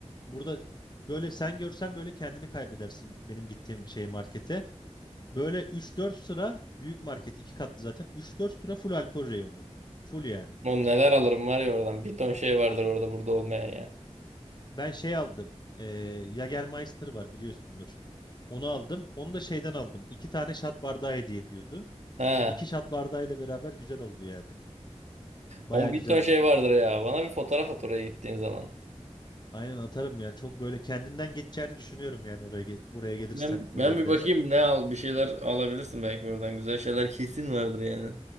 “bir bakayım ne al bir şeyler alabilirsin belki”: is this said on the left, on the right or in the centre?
Right